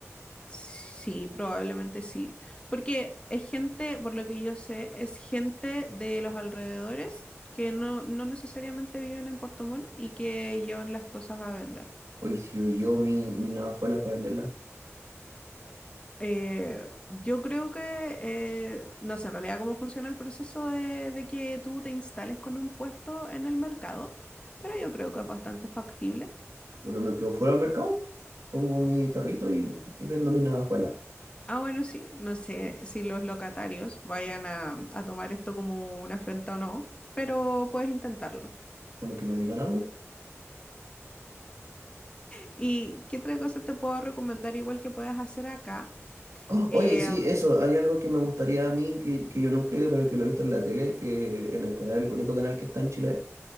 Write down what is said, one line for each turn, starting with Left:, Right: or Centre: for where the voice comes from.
Left: Sí, probablemente sí. Porque es gente, por lo que yo sé, es gente de los alrededores que no, no necesariamente viven en Puerto Montt y que llevan las cosas a vender.
Right: Oye, si yo llevo mi, mi navajuela para venderla,
Left: Eh, yo creo que, eh, no sé en realidad cómo funciona el proceso de, de que tú te instales con un puesto en el mercado, pero yo creo que es bastante factible.
Right: pero me quedo fuera del mercado. Pongo mi tarrito y, y vendo mi navajuela.
Left: Ah, bueno, sí, no sé si los locatarios vayan a, a tomar esto como una afrenta o no, pero puedes intentarlo.
Right: Bueno, que me digan algo.
Left: ¿Y qué otra cosa te puedo recomendar igual que puedes hacer acá?
Right: Oh,
Left: Eh,
Right: oye, sí, eso, hay algo que me gustaría a mí, que, que yo nunca he ido, pero que lo he visto en la tele, que en el canal, único canal que está en Chile,